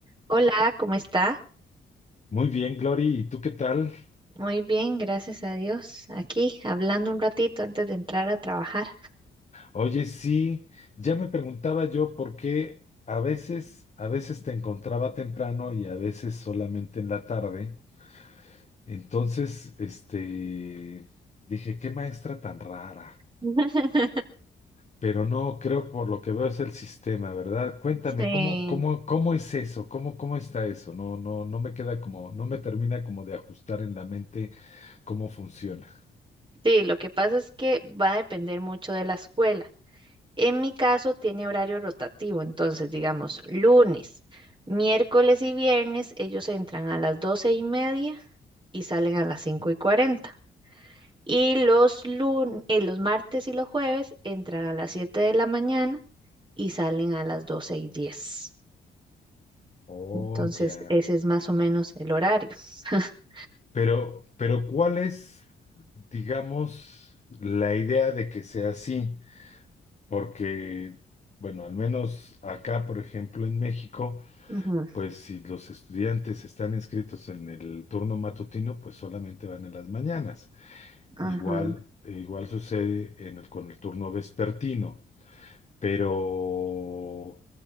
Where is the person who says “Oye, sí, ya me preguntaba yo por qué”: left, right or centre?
Left